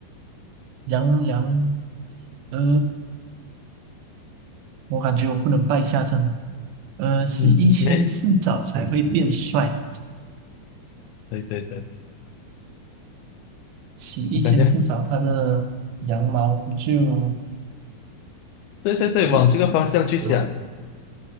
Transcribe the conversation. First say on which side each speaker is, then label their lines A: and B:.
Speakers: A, on the right; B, on the left.
A: 羊羊，呃。我感觉我不能败下阵。呃，洗一千次澡才会变帅，
B: 你没，对对对，
A: 洗一千次澡，
B: 我感觉，
A: 它的羊毛不就
B: 对对对，
A: 洗
B: 往这个方向去想。
A: 有